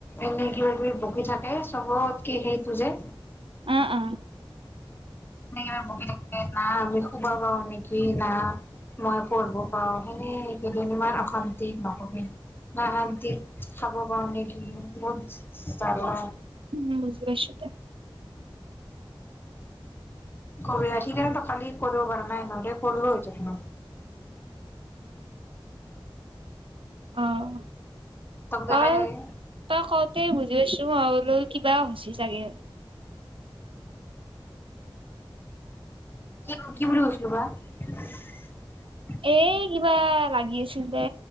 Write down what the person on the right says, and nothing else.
উম উম।
উম বুজি পাইছো।
অহ।
অহ
তই কওঁতেই বুজি পাইছো মই বোলো কিবা হৈছে চাগে।
এই কিবা লাগি আছিল দে